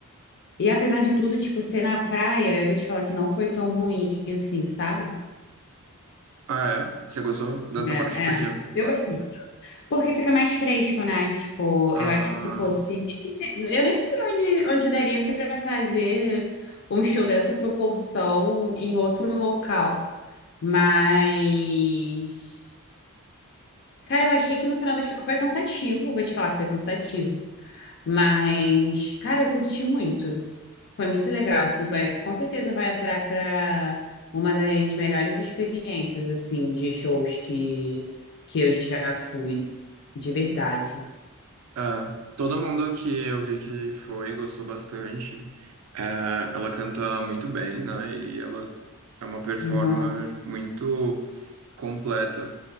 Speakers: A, on the left; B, on the right.
A: e apesar de tudo, tipo, ser na praia, eu vou te falar que não foi tão ruim assim, sabe?
B: Ah, é? Você gostou dessa
A: É,
B: parte? Por quê?
A: é. Eu gostei. Porque fica mais fresco, né? Tipo,
B: Ah,
A: eu acho que se fosse. Eu nem sei onde, onde daria para fazer um show dessa proporção em outro local. Mas. Cara, eu achei que no final do show. Foi cansativo, vou te falar que foi cansativo. Mas, cara, eu curti muito. Foi muito legal, assim, vai- com certeza vai entrar para uma das melhores experiências, assim, de shows que, que eu já fui, de verdade.
B: ah, todo mundo que eu vi que foi gostou bastante. É, ela canta muito bem, né? E ela é uma performer
A: Uhum.
B: muito completa.